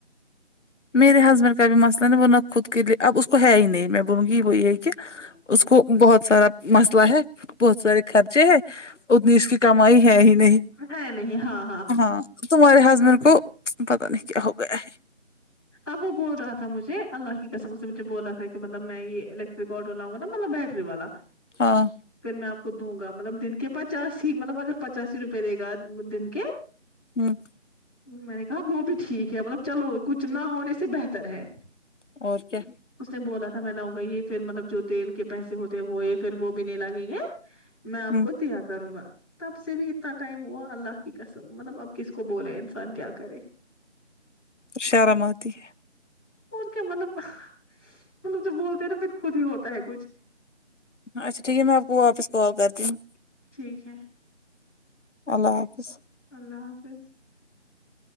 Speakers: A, on the left; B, on the left.
A: میرے ہسبینڈ کا بھی مسئلہ نہیں وہ نہ خود کے لیے اب اس کو ہے ہی نہیں میں بولوں گی وہ یہی کہ اس کو بہت سارا مسئلہ ہے بہت سارے خرچے ہے اتنی اس کی کمائی ہے ہی نہیں
B: ہے نہیں ہاں
A: ہاں تمہارے ہسبینڈ
B: ہاں
A: کو پت نہیں کیا ہو گیا ہے
B: اب وہ بول رہا تھا مجھے اللہ کی قسم سے مجھے بول رہا تھا کہ مطلب میں یہ ال ریکارڈراؤ گاطلب بٹری والا
A: ہاں
B: پھر میں آپ کو دوں گا مطلب دن کے پچاسی مطلب اگر پچاسی روپئے دے گا دن کے
A: <unintelligible>
B: میں نے کہا وہ بھی ٹھیک ہے مطلب چلو کچھ نہ ہونے سے بہتر ہے
A: <unintelligible>
B: اس نے بولا تھا میں لاؤں گا یہ پھر مطلب جو تیل کے پیسے ہوتے ہیں وہ یہ پھر وہ بھی نہیں لگیں گے میں
A: ہوں
B: آپ کو دیا کروں گا تب سے بھی اتنا ٹائم ہوا اللہ کی کسم مطلب اب کس کو بولے انسان کیا کرے
A: شارم آتی ہے
B: اور کیا مطلب مطلب جوب بولتے ہیں نا پھر خود ہی ہوتا ہے کچھ
A: اچھا ٹھیک ہے میں آپ کو واپس کال کرتی ہوں
B: ٹھیک ہے
A: اللہ حافظ
B: اللہ حافظ